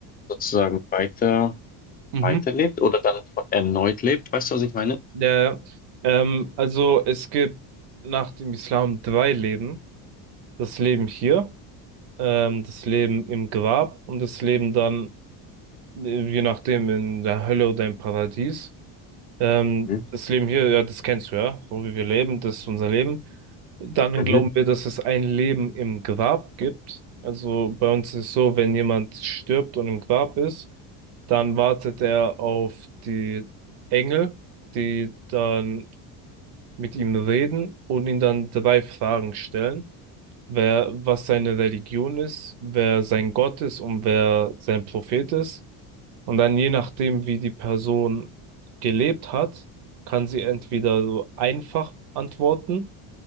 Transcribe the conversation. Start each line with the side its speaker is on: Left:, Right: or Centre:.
Left: sozusagen weiter,
Right: Mhm.
Left: weiterlebt oder dann erneut lebt? Weißt du, was ich meine?
Right: Ja, ja. ähm, also es gibt nach dem Islam drei Leben. Das Leben hier, ähm, das Leben im Grab und das Leben dann, äh, je nachdem, in der Hölle oder im Paradies. Ähm,
Left: Mhm.
Right: das Leben hier, ja, das kennst du ja, so wie wir leben, das ist unser Leben. Dann
Left: Mhm.
Right: glauben wir, dass es ein Leben im Grab gibt. Also bei uns ist es so, wenn jemand stirbt und im Grab ist, dann wartet er auf die Engel, die dann mit ihm reden und ihn dann drei Fragen stellen. Wer, was seine Religion ist, wer sein Gott ist und wer sein Prophet ist. Und dann je nachdem, wie die Person gelebt hat, kann sie entweder so einfach antworten